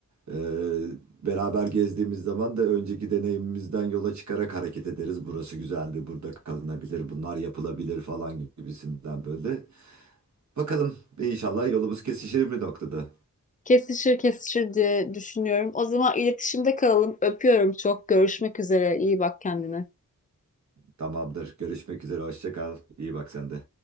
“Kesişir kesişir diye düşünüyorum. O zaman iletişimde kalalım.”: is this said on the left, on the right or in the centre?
Left